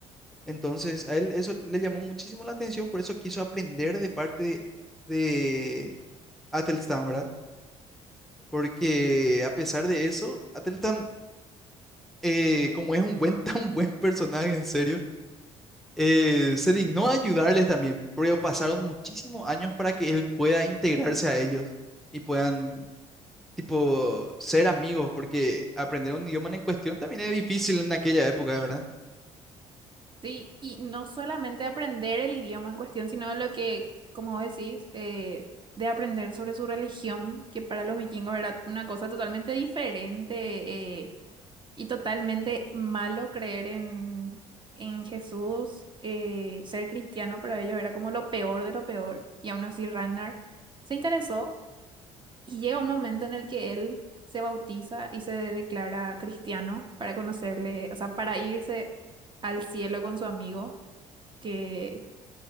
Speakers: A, in the centre; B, on the right.
A: Entonces, a él eso le llamó muchísimo la atención, por eso quiso aprender de parte de Atelstan, ¿verdad? Porque a pesar de eso, Atelstan, eh, como es un buen, <laughs> tan buen personaje, en serio, eh, se dignó a ayudarles también, pero pasaron muchísimos años para que él pueda integrarse a ellos y puedan tipo, ser amigos, porque aprender un idioma en cuestión también es difícil en aquella época, ¿verdad?
B: Sí, y no solamente aprender el idioma en cuestión, sino lo que, como vos decís, eh, de aprender sobre su religión, que para los vikingos era una cosa totalmente diferente. eh, Y totalmente malo creer en, en Jesús. eh, ser cristiano para ellos era como lo peor de lo peor. Y aún así Ragnar se interesó y llega un momento en el que él se bautiza y se declara cristiano para conocerle, o sea, para irse al cielo con su amigo que,